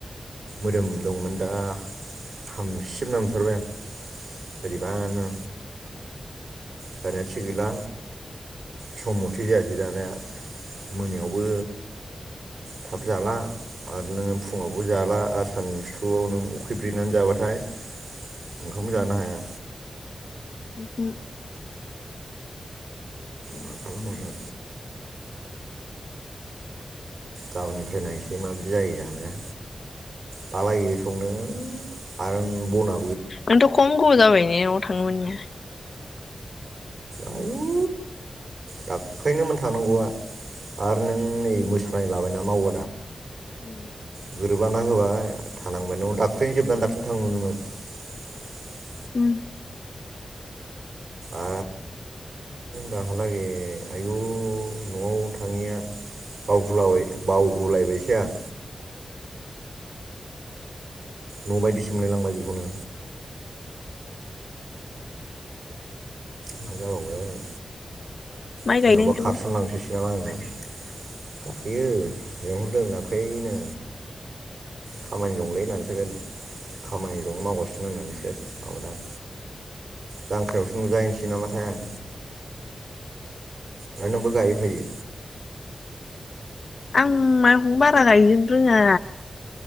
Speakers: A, on the right (about 70°); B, on the left (about 55°).
A: मोदोम दंमोन दा हामसिब नांथारबाय बोरैबानो जानाया थिग गैला सम मथे जायासै जानाया मोनायावबो थाब जाला आरो नोङो फुङावबो जाला आरो सानसुआव नों उखैब्रेनानै जाबाथाय ओंखामबो जानो हाया
B: उम
A: मा आल मावना गाबोननिफ्राय नायसै माबायदि जायो जानोा बालायो संनो आरो बना
B: नोंथ' खम गोबाव जाबाय ने थांमोननिया
A: आयु दाख्लैनोमोन थांनांगौआ आरो नों नै मोसानाय लाबायना माव
B: उम
A: <unintelligible>
B: उम
A: आ दाहालागै आयु न'आव थाङिया बावुलाबाय बावगुलायबायसो आं न' बायदिसो मोनलायलांबाय बेखौनो मा जाबावगोन
B: माइ
A: सोरनावबा
B: गायदों नोंसोरबो
A: खारसन लांसैसो नामा आङो गायो लिहरदों दाख्लैनो खामानि दंलै होननासो खामानि दं मावगासिनो होननासो माबादों आं जांख्रायावसो नुजाहैसै नामाथाय आं आरो नोंबो गायहै फायो
B: आं माइखौनो बारा गायजोबनो रोङा